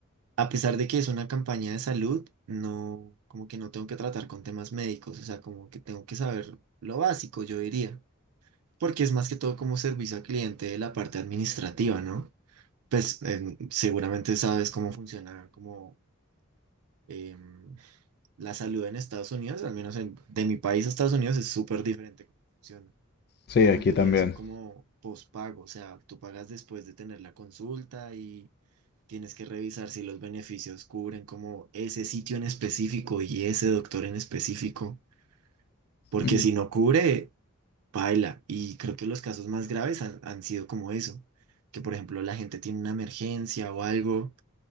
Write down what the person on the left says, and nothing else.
Sí,
aquí
también.
Mm.